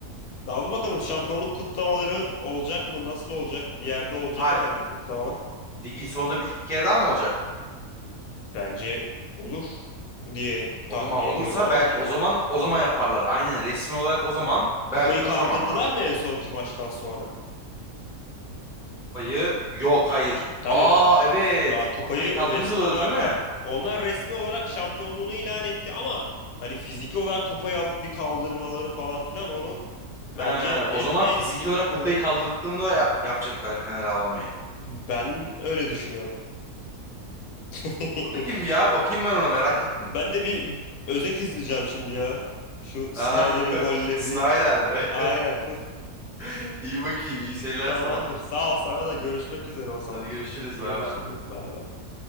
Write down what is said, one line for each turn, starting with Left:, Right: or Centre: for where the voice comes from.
Left: Daha dur bakalım şampiyonluk kutlamaları olacak mı? Nasıl olacak? Bir yerde olacak
Centre: Ha
Left: herhalde kutlamalar.
Centre: ligin sonunda bir, bir kere daha mı olacak?
Left: Bence olur diye
Centre: O
Left: tahmin
Centre: zaman olursa
Left: ediyorum ama.
Centre: belki o zaman o zaman yaparlar. Aynen resmi olarak o zaman
Left: Kupayı
Centre: belki de
Left: kaldırdılar
Centre: o zaman.
Left: mı en sonki maçtan sonra?
Centre: Kupayı yok hayır.
Left: Tabii.
Centre: Aa evet.
Left: Daha kupayı
Centre: Kupayı kaldırınca
Left: resmi
Centre: da oluyor
Left: olarak
Centre: değil mi?
Left: ka- onlar resmi olarak şampiyonluğunu ilan etti ama hani fiziki olarak kupayı alıp bir kaldırmaları falan filan onu bence
Centre: He,
Left: en
Centre: o zaman
Left: en
Centre: fiziki
Left: kudurtmaları.
Centre: olarak kupayı kaldırdıklarında ya- yapacaklar Fener avlamayı.
Left: Ben öyle düşünüyorum. <laughs>
Centre: Dur bakayım bir ya. Bakayım ben ona merak ettim.
Left: Ben de bir özet izleyeceğim şimdi ya. Şu Snyder'in
Centre: Aha, <laughs>
Left: gollerini.
Centre: Snyder.
Left: Aynen.
Centre: <laughs> İyi bakayım. iyi
Left: <laughs>
Centre: seyirler
Left: Tamamdır.
Centre: sana.
Left: Sağ ol sana da görüşmek üzere o zaman.
Centre: Hadi görüşürüz.
Left: Görüşürüz.
Centre: Bay bay.
Left: Bay bay.